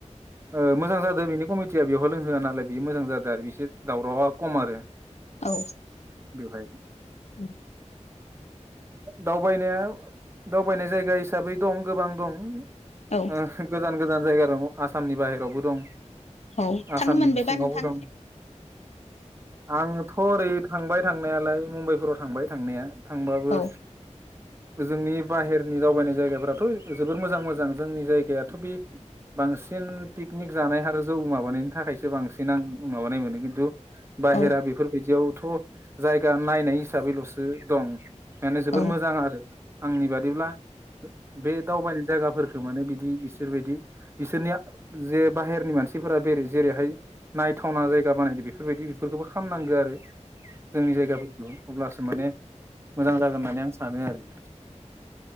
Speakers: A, on the right; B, on the left.
A: ओ मोजां जादों बेनि कमिटिया बेयावहाय लोंहोआ नालाय बे मोजां जादों आरो बिसोर दावरावा खम आरो।
B: औ
A: बेवहाय
B: उम।
A: दावबायनाया दावबायनाय जायगा हिसाबै दं गोबां दं।
B: औ
A: ओ गोजान गोजान जायगा दं आसामनि बाहेरावबो दं।
B: औ
A: आसामनि
B: थांनो मोनबायबा
A: सिंआवबो
B: नोंथां
A: दं। आंथ' ओरै थांबाय थांनायालाय मुम्बाइफोराव थांबाय थांनाया थांबाबो
B: औ
A: जोंनि बाहेरनि दावबायनाय जायगाफोराथ' जोबोर मोजां मोजां जोंनि जायगायाथ' बे बांसिन पिकनिक जानाय आरो जौ माबानायनि थाखायसो बांसि नो आं माबानाय मोनो खिन्थु बाहेरा
B: औ
A: बेफोरबायदियावथ' जायगा नायनाय हिसाबैल'सो दं। माने जोबोर
B: औ
A: मोजां आर। ो आंनि बादिब्ला बे दावबायनाय जायगाफोर माने बिदि बिसोर बायदि बिसोरनि जे बाहेरनि मानसि फोरा बेर जेरैहाय नायथावना जायगा बानायदो बेफोरबायदि बेफोरखौबो खामनांगो आरो। जोंनि जायगाफोरखौ अब्लासो माने मोजां जागोन होननानै आं सानो आरो।